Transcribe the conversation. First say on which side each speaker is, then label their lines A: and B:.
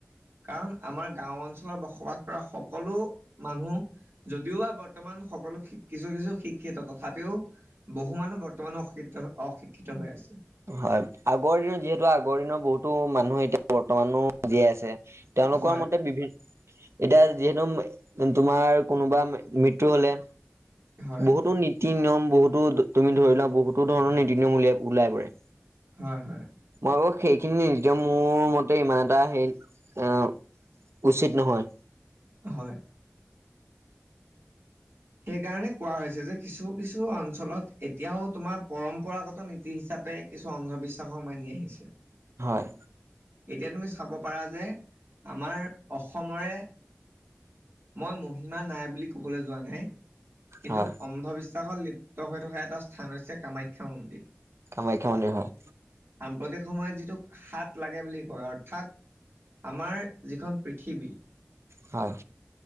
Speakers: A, on the right; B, on the right.
A: কাৰণ আমাৰ গাওঁ অঞ্চলত বসবাস কৰা সকলো মানুহ, যদিও বা বৰ্তমান সকলো, কিছু কিছু শিক্ষিত তথাপিও বহু মানুহ বৰ্তমানো অশিক্ষিত, অ-শিক্ষিত হৈ আছে।
B: হয়, আগৰ দিনত যিহেতু আগৰ দিনৰ বহুতো মানুহ এতিয়া বৰ্তমানো জীয়াই আছে। তেওঁলোকৰ
A: হয়
B: মতে বিভিন্ন এতিয়া যিহেতু তোমাৰ কোনোবা মৃত্যু হলে
A: হয়
B: বহুতো নীতি-নিয়ম বহুতো, তুমি ধৰি লোৱা বহুতো ধৰণৰ নীতি-নিয়ম উলিয়াই ওলাই পৰে।
A: হয়, হয়।
B: আৰু সেইখিনি নিজে মোৰ মতে ইমান এটা হেৰি, এ উচিত নহয়।
A: হয়। সেই কাৰণে কোৱা হৈছে যে কিছু কিছু অঞ্চলত এতিয়াওঁ তোমাৰ পৰম্পৰাগত নীতি হিচাপে কিছু অন্ধবিশ্বা সক মানি আহিছে। এতিয়া
B: হয়,
A: তুমি চাব পাৰা যে আমাৰ অসমৰে মই মহিমা নাই বুলি ক বলে যোৱা নাই কিন্তু
B: হয়,
A: অন্ধবিশ্বাস লিপ্ত হৈ থকা এটা স্থান হৈছে কামাখ্যা মন্দিৰ।
B: কামাখ্যা মন্দিৰ হয়।
A: সাম্প্ৰতিক সময়ত যিটো সাত লাগে বুলি কয়, অৰ্থাৎ আমাৰ যিখন পৃথিৱী
B: হয়।